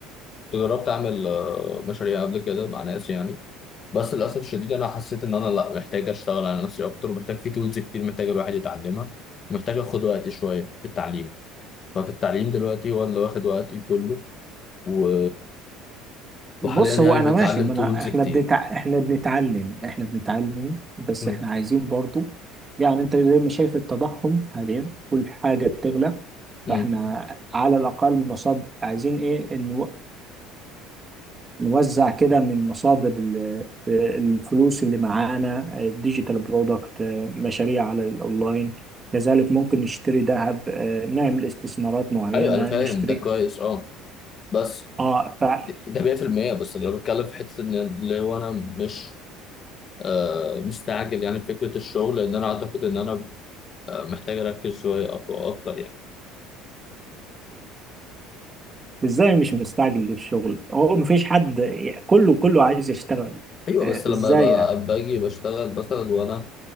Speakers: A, on the left; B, on the right.
A: جربت اعمل آه، مشاريع قبل كده مع ناس يعني بس للاسف الشديد انا حسيت ان انا لا محتاج اشتغل على نفسي اكتر ومحتاج في تولز كتير محتاج الواحد يتعلمها ومحتاج اخد وقت شويه في التعليم ففي التعليم دلوقتي هو اللي واخد وقتي كله و... وحاليا
B: بص
A: يعني
B: هو انا
A: بتعلم
B: ماشي ما
A: تولز
B: انا احنا
A: كتير
B: بنتع... احنا بنتعلم احنا بنتعلم بس
A: مم.
B: احنا عايزين برضو يعني انت زي ما شايف التضخم حاليا كل حاجه بتغلى
A: مم.
B: فاحنا على الاقل مصاد عايزين ايه ان نوزع كده من مصادر ال- الفلوس اللي معانا ديجيتال برودكت مشاريع على الاونلاين كذلك ممكن نشتري ذهب آه، نعمل استثمارات معينة
A: ايوه انا فاهم
B: نشتري
A: ده كويس اه بس
B: اه فانت
A: ده 100% بس انا بتكلم في حته ان اللي هو انا مش آه مستعجل يعني في فكره الشغل لان انا اعتقد ان انا آه، محتاج اركز شويه أق- اكتر يعني
B: ازاي مش مستعجل للشغل هو مفيش حد كله كله عايز يشتغل
A: ايوه
B: آه،
A: بس لما
B: ازاي
A: ب-
B: يعني
A: باجي بشتغل مثلا وانا